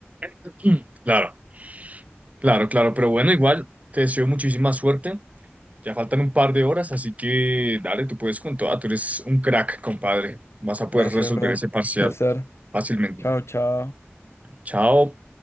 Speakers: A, on the right; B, on the left.
A: <clears throat> Claro, claro, claro, pero bueno, igual te deseo muchísima suerte. Ya faltan un par de horas, así que dale, tú puedes con toda, tú eres un crack, compadre. Vas a
B: gracias,
A: poder resolver
B: bro.
A: ese parcial
B: Placer.
A: fácilmente.
B: Chao, chao.
A: Chao.